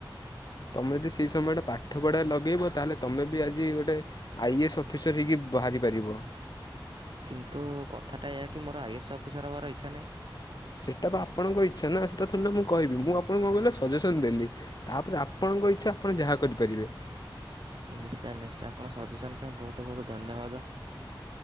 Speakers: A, on the left (about 50°); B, on the right (about 70°).
A: ତମେ ଯଦି ସେଇ ସମୟଟା ପାଠ ପଢ଼ା ରେ ଲଗେଇବ ତାହେଲେ ତମେ ବି ଆଜି ଗୋଟେ ଆଇ ଏସ୍ ଅଫିସର ହେଇକି ବାହାରିପାରିବ।
B: କିନ୍ତୁ କଥାଟା ଏୟା କି ମୋର ଆଇ ଏସ୍ ଅଫିସର ହେବାର ଇଚ୍ଛା ନାହିଁ।
A: ସେଟା ବା ଆପଣଙ୍କ ଇଚ୍ଛା ନା ସେଟା ଥୋଡି ନା ମୁଁ କହିବି ମୁଁ ଆପଣଙ୍କୁ କଁ କହିଲ ସଜେସନ ଦେଲି ତାପରେ ଆପ ଆପଣଙ୍କ ଇଚ୍ଛା ଆପଣ ଯାହା କରିପାରିବେ।
B: ନିଶ୍ଚୟ ନିଶ୍ଚୟ ଆପଣ ସଜେସନ ପାଇଁ ବହୁତ ବହୁତ ଧନ୍ୟବାଦ।